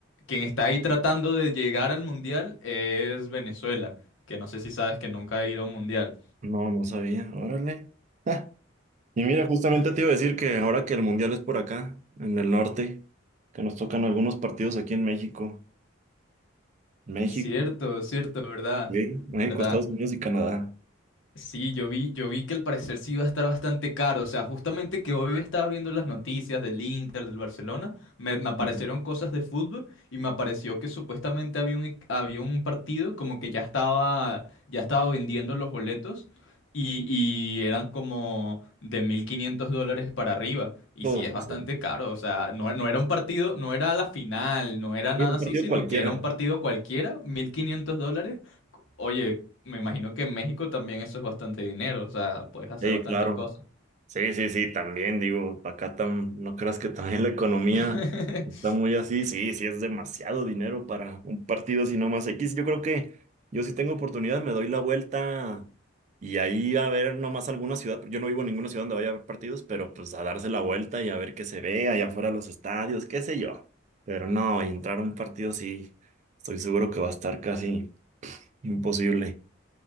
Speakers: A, on the left (about 75°); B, on the right (about 35°).
A: quien está ahí tratando de llegar al mundial es Venezuela, que no sé si sabes que nunca ha ido a un mundial.
B: No, no sabía. Órale. Ja. Y mira, justamente te iba a decir que ahora que el mundial es por acá, en el norte, que nos tocan algunos partidos aquí en México. México,
A: Cierto, cierto, ¿verdad?
B: sí, México,
A: ¿Verdad?
B: Estados Unidos y Canadá.
A: Sí, yo vi, yo vi que al parecer sí iba a estar bastante caro. O sea, justamente que hoy estaba viendo las noticias del Inter, del Barcelona, me, me aparecieron
B: Y,
A: cosas de fútbol y me apareció que supuestamente había un, e- había un partido como que ya estaba, ya estaba vendiendo los boletos y, y eran como de 1.500 dólares para arriba. Y
B: oh,
A: sí, es bastante
B: sí.
A: caro. O sea, no, no era un partido, no era la final, no era
B: Sí,
A: nada
B: un
A: así,
B: partido
A: sino
B: cualquiera.
A: que era un partido cualquiera, mil quinientos dólares Oye, me imagino que en México también eso es bastante dinero, o sea, puedes hacer
B: Sí,
A: bastantes
B: claro.
A: cosas.
B: Sí, sí, sí, también digo, acá tam- no creas que también la economía
A: <laughs>
B: está muy así, sí, sí, es demasiado dinero para un partido así nomás X. Yo creo que yo si tengo oportunidad me doy la vuelta y ahí a ver nomás alguna ciudad, yo no vivo en ninguna ciudad donde vaya a haber partidos, pero pues a darse la vuelta y a ver qué se ve allá afuera de los estadios, qué sé yo. Pero no, entrar a un partido sí, estoy seguro que va a estar casi imposible.